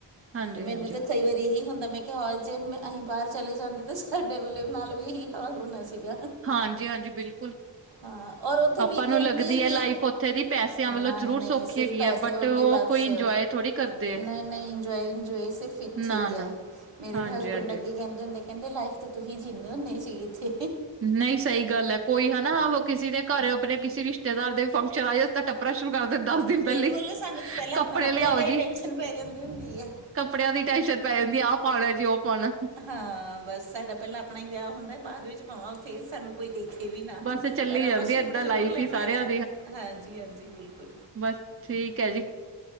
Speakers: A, on the right; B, on the right.
A: ਹਾਂਜੀ-ਹਾਂਜੀ,
B: ਤੇ ਮੈਨੂੰ ਤਾਂ ਕਈ ਵਾਰੀ ਇਹੀ ਹੁੰਦਾ ਮੈਂ ਕਿਹਾ ਹੌ ਜੇ ਮੈਂ ਅਸੀਂ ਬਾਹਰ ਚਲੇ ਜਾਂਦੇ ਤਾਂ ਸਾਡੇ ਵੱਲੇ ਨਾਲ ਵੀ ਇਹੀ ਹਾਲ ਹੋਣਾ ਸੀਗਾ
A: ਹਾਂਜੀ-ਹਾਂਜੀ ਬਿਲਕੁਲ।
B: ਹਾਂ ਔਰ ਉੱਥੇ
A: ਆਪਾਂ
B: ਵੀਕੇਂਡ
A: ਨੂੰ ਲੱਗਦੀ
B: ਤੇ
A: ਹੈ
B: ਹੀ
A: ਲਾਈਫ ਉੱਥੇ ਦੀ ਪੈਸਿਆਂ ਵੱਲੋਂ
B: ਨਹੀਂ-ਨਹੀਂ
A: ਜ਼ਰੂਰ ਸੌਖੀ
B: ਸਿਰਫ਼
A: ਹੈਗੀ
B: ਪੈਸੇ
A: ਹੈ ਬਟ
B: ਵੱਲੋਂ
A: ਉਹ
B: ਹੀ ਬਸ
A: ਕੋਈ ਇੰਜੋਏ ਥੋੜ੍ਹੀ ਕਰਦੇ ਆ
B: ਨਹੀਂ-ਨਹੀਂ ਇੰਜੋਏ-ਇੰਜੋਏ ਸਿਰਫ ਇੱਥੇ
A: ਨਾ-ਨਾ
B: ਹੀ ਆ ਮੇਰੇ
A: ਹਾਂਜੀ-ਹਾਂਜੀ।
B: ਤਾਂ ਹਸਬੈਂਡ ਅੱਗੇ ਕਹਿੰਦੇੁ ਹੁਦੇ ਕਹਿੰਦੇ ਲਾਈਫ ਤੇ ਤੁਸੀਂ ਜਿੰਦੇ ਹੁੰਦੇ ਸੀ ਇੱਥੇ
A: ਨਹੀਂ ਸਹੀ ਗੱਲ ਹੈ ਕੋਈ ਹਨਾ ਕਿਸੇ ਦੇ ਘਰ ਆਪਣੇ ਕਿਸੇ ਰਿਸ਼ਤੇਦਾਰ ਦੇ ਵੀ ਫੰਕਸ਼ਨ ਆਏ ਤਾਂ ਟੱਪਰਾ ਸ਼ੁਰੂ ਵਿਆਹ ਦੇ ਦਸ ਦਿਨ
B: ਬਿਲਕੁਲ
A: ਪਹਿਲੇ
B: ਸਾਨੂੰ ਤਾਂ ਪਹਿਲਾਂ
A: ਕੱਪੜੇ
B: ਆਪਣੇ ਕੱਪੜਿਆਂ
A: ਲਿਆਓ
B: ਦਾ ਹੀ
A: ਜੀ
B: ਟੈਨਸ਼ਨ ਪੈ ਜਾਂਦੀ ਹੁੰਦੀ ਹੈ
A: ਕੱਪੜਿਆਂ ਦੀ ਟੈਨਸ਼ਨ ਪੈ ਜਾਂਦੀ ਆਹ ਪਾਉਣਾ ਜੀ ਉਹ ਪਾਉਣਾ
B: ਹਾਂ ਬਸ ਸਾਡਾ ਪਹਿਲਾਂ ਆਪਣਾ ਹੀ ਵਿਆਹ ਹੁੰਦਾ ਬਾਅਦ ਵਿੱਚ ਪਾਵਾਂ ਫ਼ੇਰ ਸਾਨੂੰ ਕੋਈ ਦੇਖੇ ਵੀ ਨਾ
A: ਬਸ ਚੱਲੀ
B: ਪਰ
A: ਜਾਂਦੀ
B: ਆਪਾਂ ਸੂੱਟ
A: ਏਦਾਂ
B: ਜ਼ਰੂਰ
A: ਲਾਈਫ
B: ਲੈਣ
A: ਹੀ ਸਾਰਿਆਂ
B: ਆ ਹਾਂ ਹਾਂਜੀ ਹਾਂਜੀ ਬਿਲਕੁੱਲ
A: ਬੱਸ ਠੀਕ ਹੈ ਜੀ